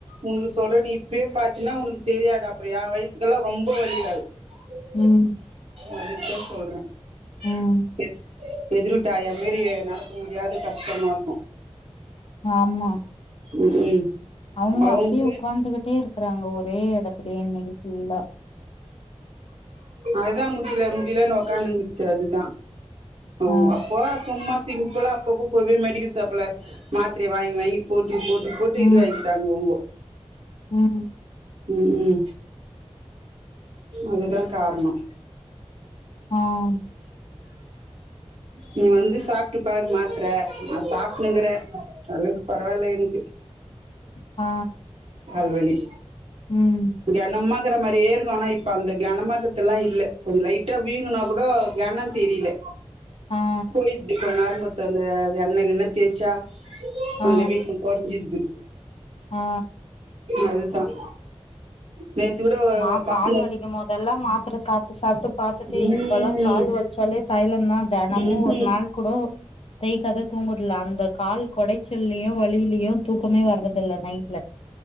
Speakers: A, on the right; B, on the left.
A: உனக்கு சொல்றே நீ இப்பே பாத்தீன்னா உனக்கு சரியாடு அப்புற என் வயசுக்கெல்லா ரொம்ப வலியாகு ம்
B: ம்
A: அதுக்கு தா சொல்றே
B: ம்
A: <unintelligible> எதிர் வீட்டு ஆயா மாரி நடக்க முடியாத கஷ்டமா இருக்கு
B: ஆமா
A: ம் ம்
B: அவங்க
A: அவங்களுக்கு
B: அப்டியேஒக்காந்துகிட்டே இருக்குறாங்க ஒரே எடத்துலயே இன்னைக்கு ஃபுல்லா
A: அதா முடில முடிலன்னு ஒக்காந்துதுச்சு அதுதா அவுங்க
B: ஆ
A: அப்போ சும்மா சிம்பிளா அப்பப்ப போய் போய் மெடிக்கல் ஷாப்ல மாத்திரைய வாங்கி வாங்கி போட்டு போட்டு போட்டு
B: ம்
A: இது வாக்கிட்டாங்க இவங்கோ
B: ம்
A: ம் ம் அதுதான் காரணம்
B: ஹம்
A: நீ வந்து சாப்பிட்டு பாரு மாத்தரை நான் சாப்டுட்னுக்றேன் ஓரளவுக்கு பரவாயில்ல எனக்கு
B: ஆ
A: பல்வலி
B: ம்
A: கனமாங்கிற மாரியே இருக்கும் ஆனாப் இப்ப அந்த கனமாக்கத்தெல்லாம் இல்ல கொஞ்ச லைட்டா வீங்குனா கூட கனம் தெரில
B: ஆ
A: போய்டுச்சு கொஞ்ச ஆரம்பத்துல அந்த எண்ணெய் கின்னா தேய்ச்சா
B: ஆ
A: அந்த வீக்க கொறஞ்சிடுது
B: ஆ
A: அதுதான் நேத்துக் கூட
B: நா
A: பச
B: கால் வலிக்கிம் போதெல்லாம் மாத்திரை சாப்ட்டு சாப்ட்டு பாத்துட்டு
A: ம்
B: இப்போல்லாம் கால் வலிச்சாலே தைலந்தான் தெனமும்
A: ம்ஹும்
B: ஒரு நாள் கூட தேய்க்காத தூங்கறல அந்த கால் கொடச்சலயும் வலியிலயும் தூக்கமே வர்றது இல்ல நைட்ல